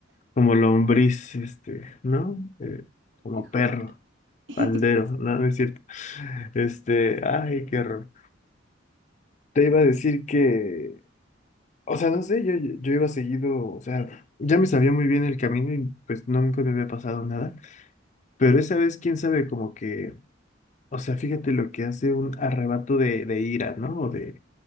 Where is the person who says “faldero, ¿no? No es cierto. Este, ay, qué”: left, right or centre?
Left